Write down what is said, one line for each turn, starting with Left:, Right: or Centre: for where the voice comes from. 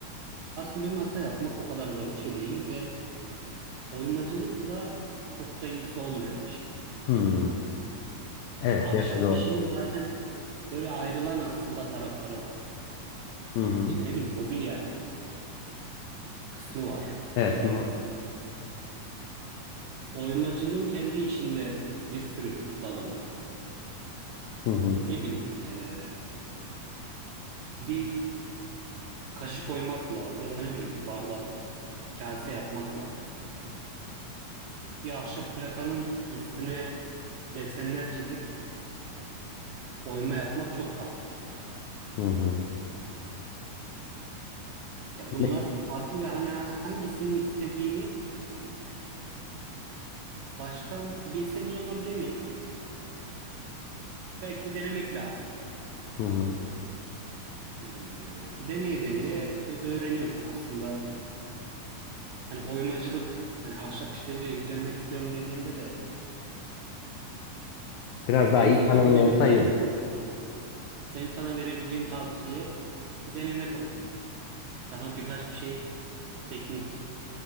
Right: Aslında bir masa yapmak o kadar zor bir şey değil ve oymacılıkla çok da ilgisi olmayan bir şey.
Left: Hmm. Evet,
Right: Ya ahşap
Left: gerçi doğru.
Right: işinin zaten böyle ayrılan aslında tarafları var.
Left: Hı hı.
Right: İşte ne bileyim mobilya kısmı var
Left: Evet.
Right: bir.
Left: ma-
Right: Oymacılığın kendi içinde bir sürü dalı var.
Left: Hı hı.
Right: Ne bileyim eee, bir kaşık oymakla ya da ne bileyim bir bardak, kase yapmakla bir ahşap plakanın üstüne desenler çizip oyma yapmak çok farklı.
Left: Hı hı.
Right: Ya bunlar
Left: Ne?
Right: farklı ve hani ha- hangisini istediğini baştan bilsen iyi olur demeyeyim. Belki de denemek lazım.
Left: Hı hı.
Right: Ee, deneye deneye ö- öğreniyorsun aslında. Hani oymacılık, hani ahşap işleriyle ilgilenmek istiyorum dediğinde de
Left: Biraz
Right: benim
Left: daha iyi
Right: sana
Left: tanımlı
Right: verebileceğim
Left: olsa iyi
Right: benim sana verebileceğim tavsiye denemek olur. Sana birkaç bir şey teknik